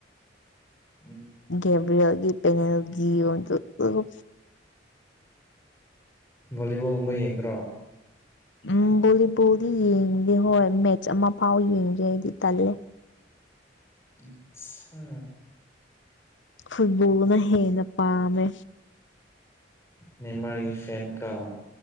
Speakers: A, on the left; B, on the left.
A: ꯎꯝ
B: ꯒꯕ꯭ꯔꯦꯌꯥꯒꯤ ꯄꯦꯅꯦꯜꯒꯤ ꯑꯣꯏꯗꯨ
A: ꯕꯣꯂꯤꯕꯣꯜꯒꯨꯝꯕ ꯌꯦꯡꯗ꯭ꯔꯣ
B: ꯎꯝ ꯕꯣꯂꯤ ꯕꯣꯜꯗꯤ ꯌꯦꯡꯗꯦ ꯍꯣꯏ ꯃꯦꯠꯁ ꯑꯃ ꯐꯥꯎ ꯌꯦꯡꯗꯦ ꯑꯩꯗꯤ ꯇꯜꯂꯦ
A: ꯎꯞꯁꯥ
B: ꯐꯨꯠꯕꯣꯜꯒꯨꯝꯕ ꯍꯦꯟꯅ ꯄꯥꯝꯃꯦ
A: ꯅꯦꯝꯃ꯭ꯔꯒꯤ ꯐꯦꯟ ꯀꫭ